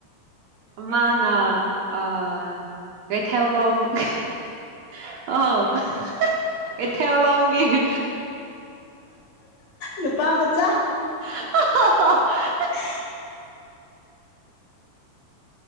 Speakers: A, on the right; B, on the left.
A: ꯃꯥꯅꯥ <unintelligible> ꯑꯣ ꯀꯩꯊꯦꯜꯂꯣꯟꯒꯤ
B: ꯅꯨꯄꯥ ꯃꯆꯥ
A: <unintelligible>
B: <unintelligible>